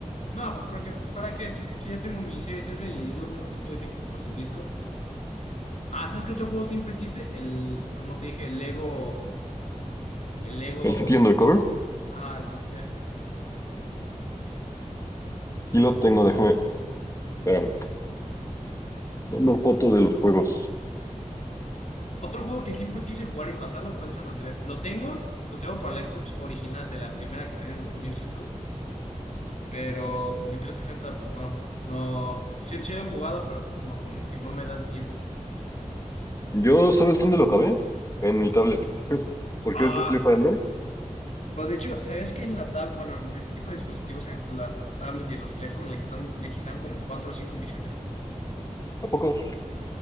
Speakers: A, on the left; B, on the left.
A: No, pues porque ¿para qué? Si, si ya tengo mi Series S y es lo mismo que el Series X, pues sin disco. Ah, ¿sabes qué otro juego siempre quise? El, como te dije, el Lego, el Lego,
B: El City Undercover,
A: ajá, el policía.
B: y lo tengo, déjame, espérame, una foto de los juegos.
A: Otro juego que siempre quise jugar y pasarlo fue el San Andrés. Lo tengo, lo tengo para la Xbox original de la primera que salió en el dos mil cinco pero pues mi trescientos sesenta pues no, no, sí, sí lo he jugado, pero pues, no, como que no me da el tiempo.
B: Yo, ¿sabes dónde lo acabé? En mi tablet. <laughs> Porque
A: Ah,
B: ves que salió para Android?
A: Pero de hecho, ¿sabías que en la tab, bueno, en este tipo de dispositivos, en la tablet y en los teléfonos le quitan, le quitan como cuatro o cinco misiones?
B: ¿A poco?